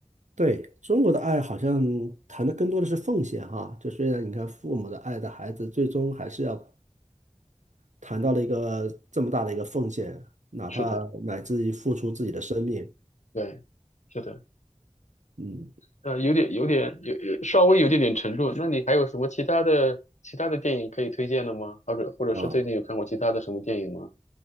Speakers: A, on the right; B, on the left.
A: 对，中国的爱好像谈的更多的是奉献哈，就虽然你看父母的爱的孩子，最终还是要谈到了一个这么大的一个奉献，哪怕乃至于付出自己的生命，
B: 是的，对，是的。
A: 嗯
B: 呃，有点有点有有稍微有点点沉重。那你还有什么其他的其他的电影可以推荐的吗？或者或者是最近有看过其他的什么电影吗？
A: 啊，